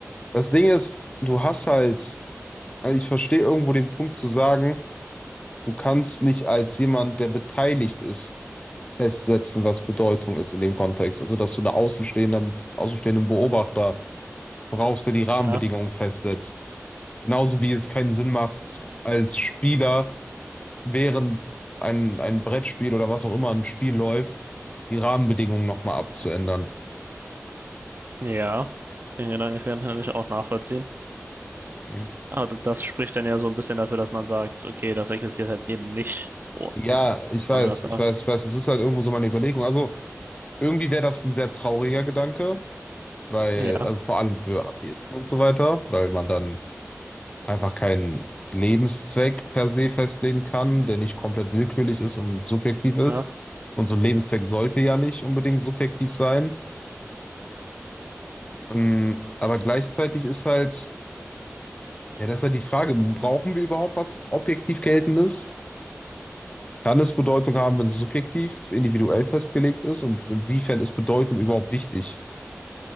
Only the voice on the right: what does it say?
Ja,
ja, den Gedanken kann ich auch nachvollziehen.
Aber das spricht dann ja so ein bisschen dafür, dass man sagt, okay, das existiert halt eben nicht oh-
ohne
das.
Ja,
ja.